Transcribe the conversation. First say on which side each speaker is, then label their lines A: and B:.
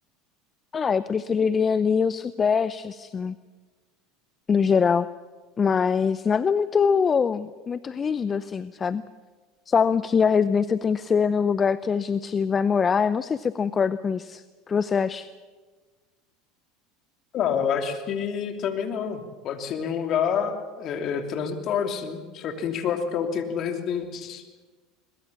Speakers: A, on the left; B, on the left.
A: Ah, eu preferiria ali o Sudeste, assim. no geral, mas nada muito muito rígido assim, sabe? Falam que a residência tem que ser no lugar que a gente vai morar. Eu não sei se eu concordo com isso. O que você acha?
B: Ah, eu acho que também não. Pode ser em um lugar é, é, transitório, sim. Só que a gente vai ficar o tempo da residência.